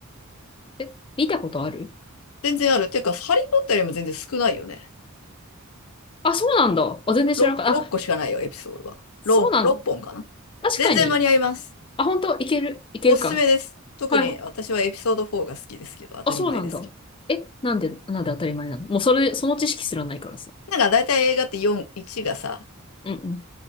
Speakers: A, on the left; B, on the left.
A: え、見たことある
B: 全然ある。ていうか、ハリー・ポッターよりも全然少ないよね。
A: あ、そうなんだ。あ、全然知らなかった。
B: 6、6個しかないよ、
A: あ、
B: エピソードは。
A: そうなんだ。
B: 6、6本かな。
A: 確かに。
B: 全然間に合います。
A: あ、本当いける、いけるか。
B: おすすめです。特に私はエピソード4が好きですけど、
A: はい。
B: 当たり前ですけど。
A: あ、そうなんだ。え、なんで、なんで当たり前なのもうそれ、その知識すらないからさ。
B: なんか大体映画って4、1がさ、
A: うんうん。